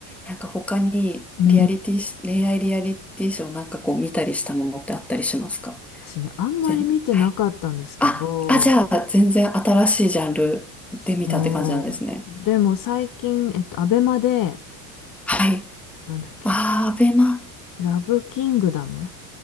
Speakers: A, in the centre; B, on the left.
A: なんか他にリアリティし、
B: う。うん
A: 恋愛リアリティショーなんかこう見たりしたものってあったりしますか
B: 私ね、あんまり見てなかったんですけど、
A: 全、はい。あ、あ、じゃあ全然新しいジャンルで見たって感じなんですね。
B: そう。でも最近、えっと、アベマで、
A: はい。
B: なんだっけ、
A: ああ、アベマ。
B: ラブキングダム